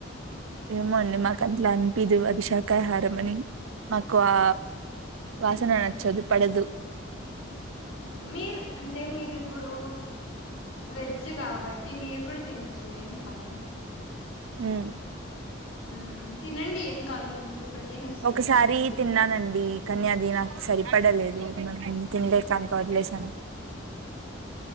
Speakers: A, on the right (about 85°); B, on the left (about 90°).
A: ఏమో అండి మాకు అట్లా అనిపిదు అది శాకాహారం అని మాకు ఆ వాసన
B: ఉమ్
A: నచ్చదు పడదు
B: మీరు అంటే మీరిప్పుడు వెజ్ కాబ టి మీరు కూడా తినొచ్చు ఏం కాదు ఏం
A: ఉ
B: మ్ తినండి ఏం కాదు మంచిగా ప్రోటీన్ వస్తది
A: ఒకసారి
B: కదా గుడ్డు
A: తిన్నానండి
B: తింటే
A: కానీ అది నాకు సరిపడలేదు మ తినలేక ఇంక వదిలేసాను